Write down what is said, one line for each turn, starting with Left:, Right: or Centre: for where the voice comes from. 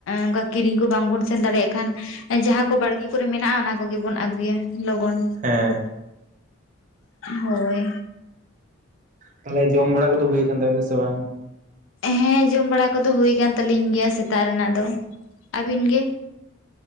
Left: ᱚᱱᱠᱟ ᱠᱤᱨᱤᱧ ᱠᱚ ᱵᱟᱝᱵᱚᱱ ᱥᱮᱱ ᱫᱟᱲᱮᱭᱟᱜ ᱠᱷᱟᱱ ᱡᱟᱦᱟᱸ ᱠᱚ ᱵᱟᱲᱜᱮ ᱠᱚᱨᱮ ᱢᱮᱱᱟᱜᱼᱟ ᱚᱱᱟ ᱠᱚᱜᱮᱵᱚᱱ ᱟᱹᱜᱩᱭᱟ ᱞᱚᱜᱚᱱ
Right: ᱦᱮᱸ
Left: ᱦᱳᱭ
Right: ᱛᱟᱦᱚᱞᱮ ᱡᱚᱢ ᱵᱟᱲᱟ ᱠᱚᱫᱚ ᱦᱩᱭ ᱠᱟᱱ ᱛᱟᱵᱤᱱᱟ ᱥᱮ ᱵᱟᱝ
Left: ᱦᱮᱸ ᱡᱚᱢ ᱵᱟᱲᱟ ᱠᱚᱫᱚ ᱦᱩᱭ ᱟᱠᱟᱱ ᱛᱟᱹᱟᱞᱤᱧ ᱜᱮᱭᱟ ᱥᱮᱛᱟᱜ ᱨᱮᱱᱟᱜ ᱫᱚ ᱟᱹᱵᱤᱱ ᱜᱮ <inaudible>